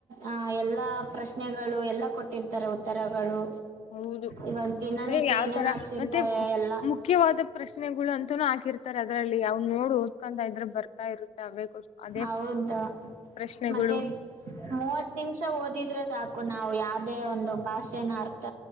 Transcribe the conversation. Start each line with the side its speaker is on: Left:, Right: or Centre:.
Right: ಅ ಎಲ್ಲಾ ಪ್ರಶ್ನೆಗಳು ಎಲ್ಲ ಕೊಟ್ಟಿರ್ತಾರೆ ಉತ್ತರಗಳು
Left: ಹೌದು
Right: ಇವಾಗ ದಿನನಿತ್ಯ
Left: ಅಂದ್ರೆ ಯಾವ
Right: ಏನೇನ್
Left: ತರ
Right: ಆಗ್ತಿರ್ತವೆ
Left: ಮತ್ತೆ
Right: ಎಲ್ಲ
Left: ಮುಖ್ಯವಾದ ಪ್ರಶ್ನೆಗಳು ಅಂತನೂ ಹಾಕಿರ್ತ ತ ಅದ್ರಲ್ಲಿ ಯಾವ್ ನೋ ಓದಕಂತ ಇದ್ರ ಬರ್ ತಾ ಇರುತ್ತೆ ಅವೆಗೋಸ್ ಅದೇ
Right: ಹೌದು
Left: ಪ್ರಶ್ನೆಗಳು
Right: ಮತ್ತೆ ಮೂವತ್ ನಿಮಿಷ ಓದಿದ್ರೆ ಸಾಕು ನಾವವು ಯಾವ್ದೇ ಒಂದು ಭಾಷೆನ ಅರ್ಥ